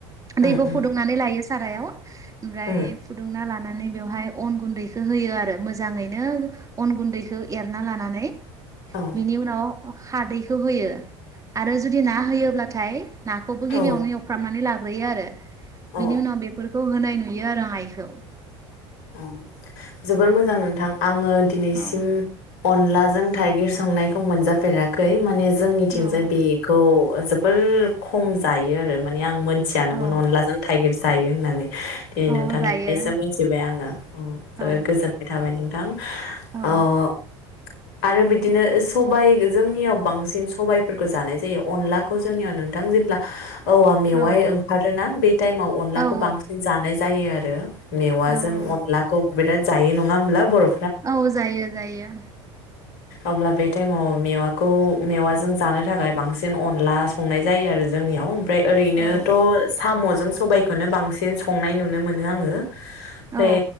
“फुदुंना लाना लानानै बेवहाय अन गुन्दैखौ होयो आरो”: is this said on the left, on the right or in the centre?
Right